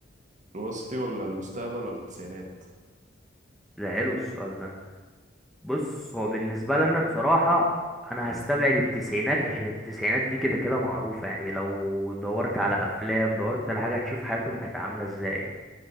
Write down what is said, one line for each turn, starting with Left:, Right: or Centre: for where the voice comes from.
Right: الوسطي ولا المستقبل ولا التسعينات
Centre: ده حلو السؤال ده بص هو بالنسبة لنا بصراحة أنا هستبعد التسعينات عشان التسعينات دي كده كده معروفة يعني لو دورت على أفلام دورت على حاجة هتشوف حياتهم كانت عاملة ازاي